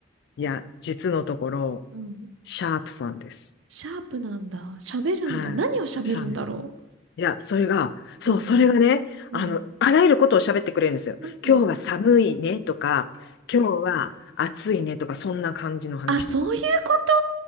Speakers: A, on the left; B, on the right.
A: いや、実のところ、
B: うん。
A: シャープさんです。
B: シャープなんだ。喋るんだ。
A: はい。
B: 何を喋るんだろ
A: シャープ。いや、それが、そう、
B: う。うん。
A: それがね、
B: うん。
A: あの、あらゆることを喋ってくれるんですよ。
B: うん。
A: 今日は寒いねとか、今日は暑いねとか、そんな感じの話とか。
B: あ、そういうこと